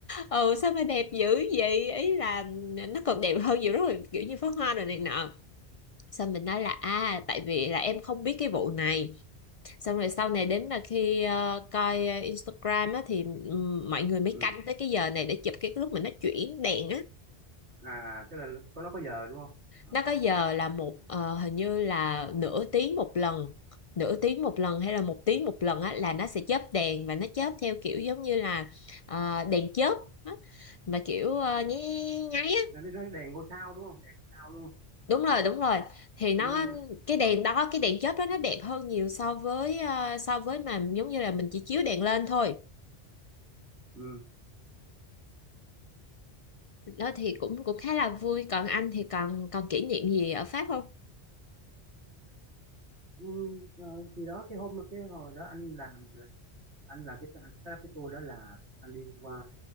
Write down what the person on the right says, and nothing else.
ừ
à tức là nó có nó có giờ đúng không
à.
nó biết nó đèn ngôi sao đúng không đèn ngôi sao luôn
Vậy
nó-
rồi
ừ
Ừ, ờ, thì đó cái hôm cái hồi đó anh làm là anh làm cái anh set up cái tour đó là anh đi qua